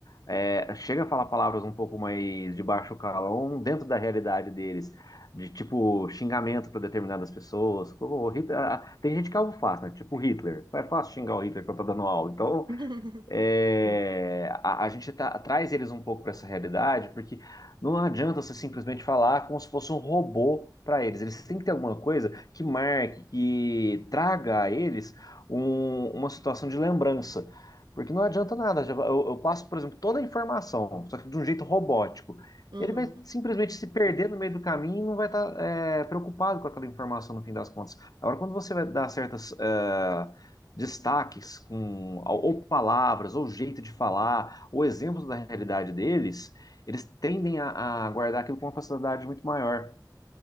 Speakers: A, on the left; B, on the right.
A: é, chega a falar palavras um pouco mais de baixo calão dentro da realidade deles, de tipo xingamento para determinadas pessoas. Como o Hitler- ah, tem gente que é alvo fácil, né? Tipo Hitler. É fácil xingar o Hitler quando tá dando aula. Então,
B: <laughs>
A: é,
B: Sim.
A: a, a gente tá- traz eles um pouco para essa realidade, porque não adianta você simplesmente falar como se fosse um robô para eles. Eles têm que ter alguma coisa que marque, que traga a eles um- uma situação de lembrança. Porque não adianta nada. Eu, eu passo, por exemplo, toda a informação, só que de um jeito robótico.
B: Uhum.
A: Ele vai simplesmente se perder no meio do caminho e não vai estar preocupado com aquela informação no fim das contas. Agora, quando você vai dar certas, eh, destaques com ou palavras, ou jeito de falar, ou exemplos da realidade deles, eles tendem a, a guardar aquilo com uma facilidade muito maior.